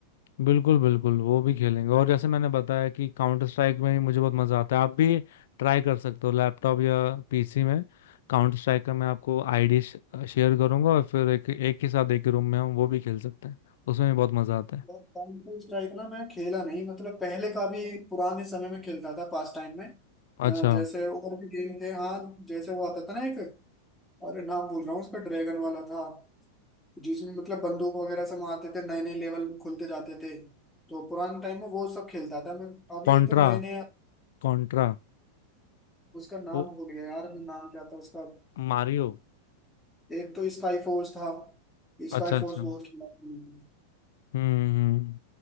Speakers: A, on the left; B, in the centre.
A: बिल्कुल बिल्कुल वो भी खेलेंगे और जैसे मैंने बताया कि काउंटर स्ट्राइक में ही मुझे बहुत मजा आता है आप भी ट्राई कर सकते हो लैपटॉप या पीसी में काउंटर स्ट्राइक का मैं आपको आईडी शेयर करूंगा और फिर एक एक ही साथ एक ही रूम में हम वो भी खेल सकते हैं उसमें भी बहुत मजा आता है
B: यार काउंटर स्ट्राइक ना मैं खेला नहीं मतलब पहले का भी पुराने समय में खेलता था पास टाइम में अ,
A: अच्छा
B: जैसे और भी गेम थे हाँ जैसे वो आता था ना एक अरे नाम बोल रहा हूँ उसका ड्रैगन वाला था जिसमें मतलब बंदूक वगैरह से मारते थे नए नए लेवल खुलते जाते थे तो पुराने टाइम में वो सब खेलता था मैं अब ये
A: कॉन्ट्रा
B: तो नए नए
A: कॉन्ट्रा
B: उसका नाम
A: वो
B: भूल गया यार मैं नाम क्या था उसका
A: मारियो
B: एक तो स्काई फोर्स था स्काई
A: अच्छा अच्छा
B: फोर्स बहुत खेला मैंने।
A: हम्म